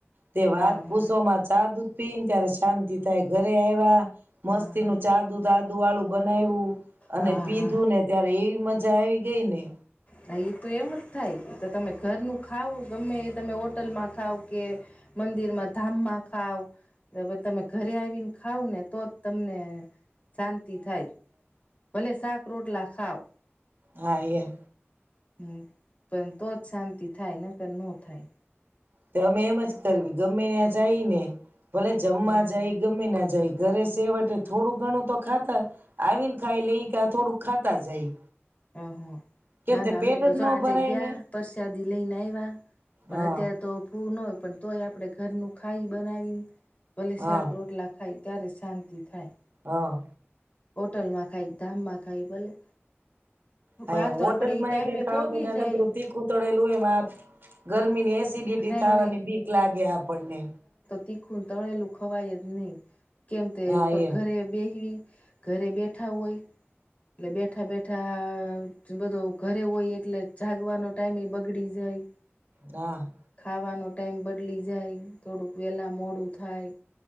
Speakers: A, on the right (about 50°); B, on the left (about 30°).
A: તે વાત
B: હા
A: પૂસોમાં
B: હા
A: ચા દુધ પી ને ત્યારે શાંતિ થાય ઘરે આવ્યા.
B: હા
A: મસ્તી
B: હા
A: નું ચા દુધ. આદુ વાળું બનાવ્યું અને
B: હા
A: પીધું
B: હા
A: ને ત્યારે એવી મજા. મજા આવી ગઈ ને.
B: હા એ તો એમ જ થાય એ તો તમે ઘરનું ખાવ ગમે એ તમે હોટલમાં ખાવ કે મંદિરમાં ધામમાં ખાવ તમે ઘરે આવીને ખાવ ને તોજ તમને. શાંતિ થાય ભલે શાક રોટલા ખાાવ.
A: હા એ.
B: હમ પણ તો જ શાંતિ થાય ન કર નો થાય.
A: તો અમે એમ જ કરવી ગમે ત્યા જાય ને. ભલે જમવા
B: હ હા
A: જાય ગમે ના જાય ઘરે છેેવટે થોડું ઘણું તો ખાતા. આવીને ખાઈ લઈ કે થોડું ખાતા જાય.
B: હ હા
A: કેમ
B: ના
A: તે
B: ના
A: પેટ
B: અમે તો
A: જ ન
B: આજે
A: ભરાય
B: ગયા
A: ને
B: પ્રસાદી લઈને આવ્યા પણ
A: હા
B: અત્યારે તો ભૂનો. પણ તોય આપણે ઘરનું ખાઈ બનાવીને ભલે
A: હા
B: શાક રોટલા ખાય ત્યારે શાંતિ દેખાય.
A: હા
B: હોટલમાં ખાય, ધામમાં ખાય ભલે. પણ
A: હા
B: આ
A: એમ
B: તો
A: હોટલ
B: આપડે એ
A: માં
B: ટાઈમે
A: ઈ ખાવ
B: પોગી
A: તો ન્યા
B: જાય
A: નકરુ તીખું ને તળૅલુ એમાં ગરમી ની અ એસીડિટી
B: નહી
A: થાય એની બીક લાગે આપણ ને
B: તીખૂં અને તળેલુ ખવાય જ નહીં. કેમ કે
A: હા
B: એ કર
A: એમ
B: ઘરે બેહી ઘરે બેઠા હોય એટલે બેઠા બેઠા બધો ઘરે હોય એટલે જાગવાનો ટાઈમ એ બગડી જાય.
A: હા
B: ખાવાનો ટાઈમ બદલી જાય થોડુંક વેલા મોડું થાય.